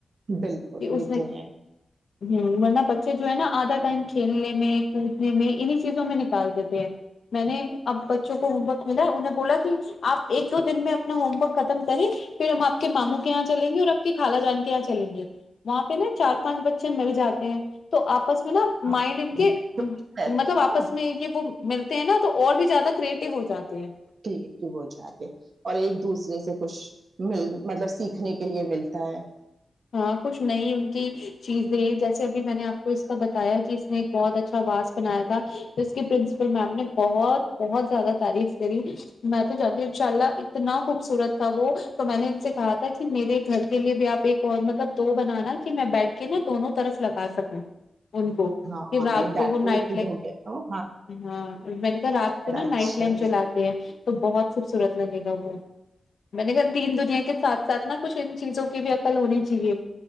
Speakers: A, on the right; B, on the left.
A: بالکل
B: کہ
A: یہ
B: اس نے
A: تو ہے
B: ہ ورنہ بچے جو ہے نا آدھا ٹائم کھیلنے میں کودنے میں انیں چیزوں میں نکال دیتے ہیں میں نے اب بچوں کو ہوم ورک ملا ہے انہ بولا آپ ایک تو دن میں اپنا ہومورک ختم کرے پھر ہم آ کے ماموں کے یہاں چلیں گے اور آپ کے خال جان کے یہاں چلیں گے وہاں پہ چار پانچ بچے مل جاتے ہیں تو آپس میں نا
A: ہوں
B: مائنڈ ان کے
A: رہتے
B: مطلب
A: ہیں
B: آپس
A: نا
B: میں یہ وہ ملتے ہیں نا تو اور بھی زیادہ کریٹو ہو جاتے ہیں
A: ٹھیک ہے وہ جا کے اور ایک دوسرے سے کچھ مل مطلب سیکھنے کے لیے ملتا ہے
B: ہاں کچھ نئی ان کی چیزیں جیسے ابھی میں نے آپ اس کا بتایا کہ اس نے ایک بہت اچھا واس بنایا تھا اس کی پرنسپل میم نے بہت بہت زیادہ تعریف کری میں تو جانتی ہوں ان شاء اللہ اتنا خوبصورت تھا وہ تو میں نے ان سے کہا تھا کہ میرے گھر کے لیے بھی آپ ایک اور مطلب دو بنانا کہ میں بیٹھ کے نا دونوں طرف لگا سکوں ان کو
A: ہاں
B: پھر رات
A: ڈیکوریٹڈ
B: کو وہ نائٹ لم
A: ہو گیا تو
B: ہاں میں نے کہا رات کو
A: بڑا
B: نا
A: اچھا
B: نائٹ لائمپ چلاتے ہیں تو بہت خوبصورت لگے گا وہ میں نے کہا دین دنیا کے سات ساتھ نہا کچھ ان چیزوں کی بھی عقل ہونی چاہیے